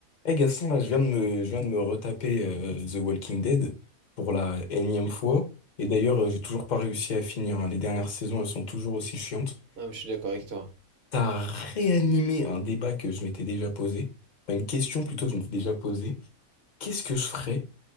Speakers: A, on the left (about 45°); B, on the right (about 55°).
A: Eh Gaston, là, je viens de me, je viens de me retaper euh, The Walking Dead pour la énième fois. Et d'ailleurs, euh, j'ai toujours pas réussi à finir. hein. Les dernières saisons, elles sont toujours aussi chiantes.
B: Non, mais je suis d'accord avec toi.
A: T'as réanimé un débat que je m'étais déjà posé. Enfin, une question plutôt que je m'étais déjà posée. Qu'est-ce que je ferais